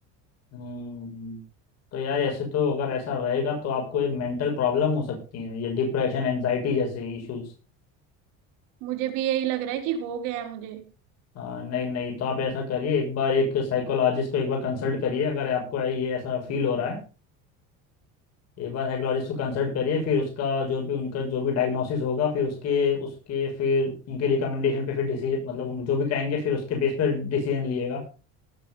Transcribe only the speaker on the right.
मुझे भी यही लग रहा है कि हो गया है मुझे